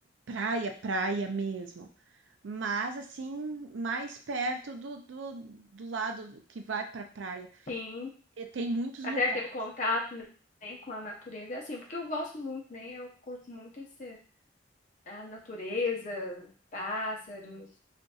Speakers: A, on the right; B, on the left.
A: praia, praia mesmo, mas assim, mais perto do, do, do lado que vai para praia.
B: sim.
A: E tem muitos
B: Até
A: lugares.
B: aquele contato, né, com a natureza, é assim, porque eu gosto muito, né? Eu curto muito esse, a natureza, pássaros,